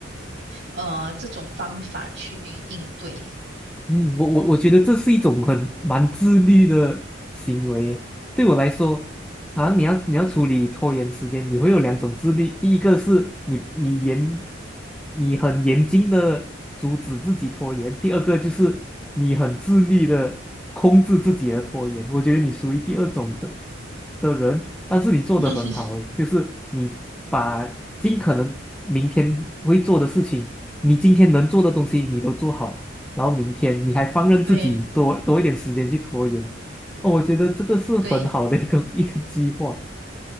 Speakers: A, on the right; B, in the centre.
A: 呃这种方法去应对。
B: 嗯，我我我觉得这是一种很蛮自律的行为。对我来说，好像你要你要处理拖延时间，你会有两种自律。第一个是你你严，你很严谨的阻止自己拖延；第二个就是你很自律的控制自己的拖延。我觉得你属于第二种的的人，但是你做的很好诶，
A: <laughs>
B: 就是你把尽可能明天会做的事情，你今天能做的东西你都做好。然后明天你还放任自己多多一点时间去拖延，
A: 对
B: 哦，我觉得这个是很好的一个
A: 对，
B: <laughs> 一个计划。